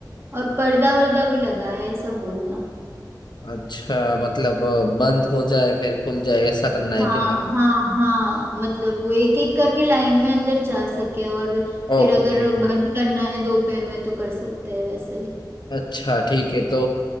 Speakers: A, on the right (about 30°); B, on the left (about 75°).
A: और पर्दा वर्दा भी लगाए ऐसा बोलना
B: अच्छा मतलब अ, बंद हो जाए फिर खुल जाए ऐसा करना है
A: हाँ
B: क्या
A: हाँ हाँ मतलब वो एक एक करके लाइन में अंदर जा सके और फिर
B: ओके
A: अगर बंद करना है दोपहर में तो कर सकते हैं वैसे
B: अच्छा ठीक है तो